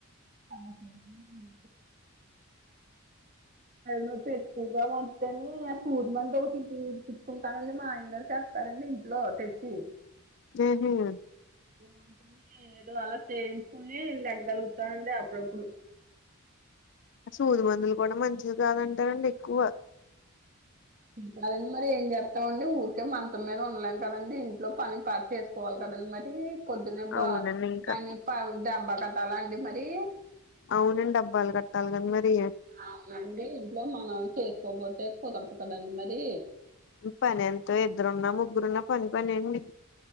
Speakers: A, on the right (about 40°); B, on the left (about 55°).
A: <unintelligible> నడుము నొప్పి ఎక్కువ వస్తె అండి సూర్ మందు ఒకటి పచ్చుకుంటానండి మా ఆయన గారు చెప్తారండి ఇంట్లో తెచ్చి
B: ఉహ
A: అంటని ఏదో అలా చేయించుకుని లేవ గలుగుతానండి అప్పుడప్పుడు
B: సూది మందులు కూడా మంచిది కాదంటారండి ఎక్కువ
A: కాదండి మరి ఏం చేస్తామండి ఊరికే మచం మీద ఉండలేం కదండి ఇంట్లో పని చేస్త కోలు కదని మరి పొద్దునబ్బ
B: అవునండి ఇంకా
A: ఆయన ప దడబ్బా కట్టాల అండి మరి
B: అవునండి డబ్బాలు కట్టాలి కదా మరి
A: అవునండి ఇంట్లో మనం చేసుకోబతే కుదరదు కదండి మరి
B: పని ఎంతో ఇద్దరున్నా ముగ్గురున్నా పని పనియండి